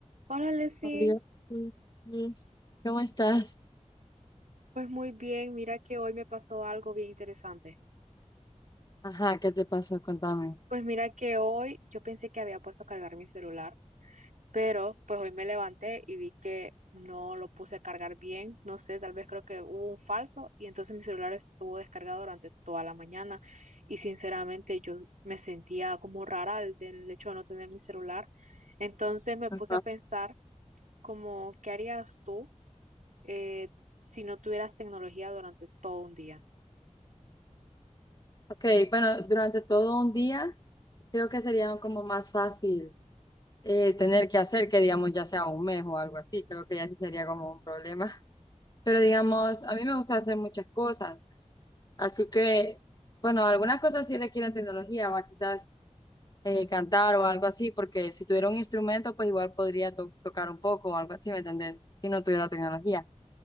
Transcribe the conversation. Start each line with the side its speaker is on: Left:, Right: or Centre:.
Right: Hola, Leslie.
Left: Oh, Dios. Mm. ¿Cómo estás?
Right: Pues muy bien, mira que hoy me pasó algo bien interesante.
Left: Ajá, ¿qué te pasó? Contame.
Right: Pues mira que hoy yo pensé que había puesto a cargar mi celular, pero pues hoy me levanté y vi que no lo puse a cargar bien. No sé, tal vez creo que hubo un falso y entonces mi celular estuvo descargado durante toda la mañana y sinceramente yo me sentía como rara al del hecho de no tener mi celular. Entonces me puse
Left: Ajá.
Right: a pensar como, ¿qué harías tú eh, si no tuvieras tecnología durante todo un día?
Left: Ok, bueno, durante todo un día creo que sería como más fácil eh, tener que hacer que digamos ya sea un mes o algo así, creo que ya sí sería como un problema. <laughs> Pero digamos, a mí me gusta hacer muchas cosas, así que, bueno, algunas cosas sí requieren tecnología, o quizás eh, cantar o algo así, porque si tuviera un instrumento, pues igual podría to- tocar un poco o algo así, ¿me entendés? Si no tuviera tecnología.